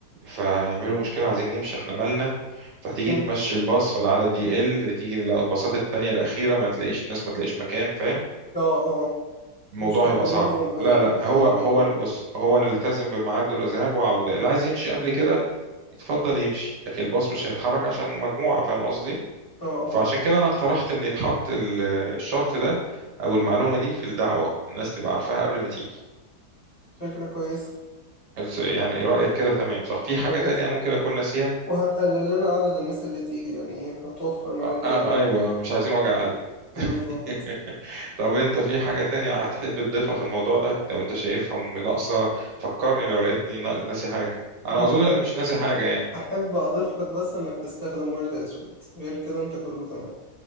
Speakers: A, on the right; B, on the left.
A: فهيعملوا مشكلة عايزين نمشي احنا مالنا فتيجي
B: مم.
A: تمشي الباص فالعدد يقل تيجي الباصات التانية الأخيرة ما تلاقيش ناس ما تلاقيش مكان فاهم
B: اه اه
A: الموضوع
B: مش هيبقى
A: هيبقى
B: منظم
A: صعب
B: أوي
A: لا
B: يعني
A: لا هو
B: زي ما
A: هو
B: يكون
A: بص هو نلتزم بميعاد الذهاب وعودة اللي عايز يمشي قبل كده يتفضل يمشي لكن الباص مش هيتحرك عشان المجموعة فاهم قصدي
B: اه
A: فعشان
B: اه
A: كده أنا اقترحت إن يتحط ال- الشرط ده أو المعلومة دي في الدعوة الناس تبقى عارفاها قبل ما تيجي
B: فكرة كويسة
A: بس يعني رأيك كده تمام صح في حاجة
B: كويسة
A: تانية ممكن أكون ناسيها
B: وهتقلل لنا عدد الناس اللي تيجي يعني ايه هتوفر معاك
A: آه
B: جامد
A: آه، أيوة مش عايزين وجع قلب
B: بالظبط
A: <laughs> طب أنت في حاجة تانية هتحب تضيفها في الموضوع ده لو أنت شايفها م- ناقصة فكرني لو لقيتني نا- ناسي حاجة
B: <laughs>
A: أنا
B: أنا
A: أظن
B: أحب
A: إن مش ناسي حاجة يعني
B: أحب أضيف لك بس إنك تستخدم ورد أسود غير كده أنت كله تمام